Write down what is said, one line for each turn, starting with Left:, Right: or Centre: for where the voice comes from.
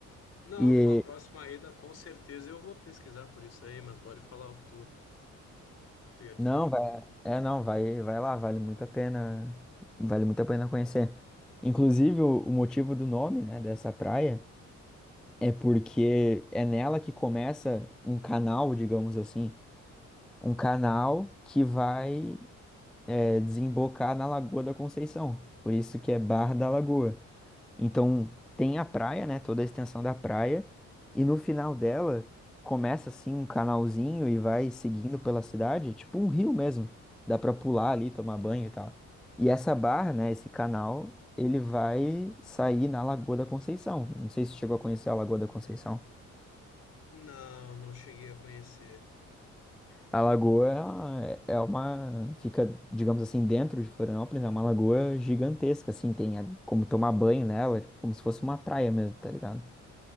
Left: Não,
Centre: E
Left: numa próxima ida, com certeza eu vou pesquisar por isso aí, mas pode falar o que tu, o que tu ia dizer.
Centre: Não, vai, é não, vai, vai lá, vale muito a pena, vale muito a pena conhecer. Inclusive, o, o motivo do nome, né, dessa praia é porque é nela que começa um canal, digamos assim, um canal que vai é, desembocar na Lagoa da Conceição. Por isso que é Barra da Lagoa. Então tem a praia, né? Toda a extensão da praia. E no final dela começa assim um canalzinho e vai seguindo pela cidade, tipo um rio mesmo. Dá pra pular ali, tomar banho e tal. E essa barra, né? Esse canal, ele vai sair na Lagoa da Conceição. Não sei se você chegou a conhecer a Lagoa da Conceição.
Left: Não, não cheguei a conhecer.
Centre: A lagoa é uma, é uma- fica, digamos assim, dentro de Florianópolis, é uma lagoa gigantesca, assim, tem a- como tomar banho nela, é como se fosse uma praia mesmo, tá ligado?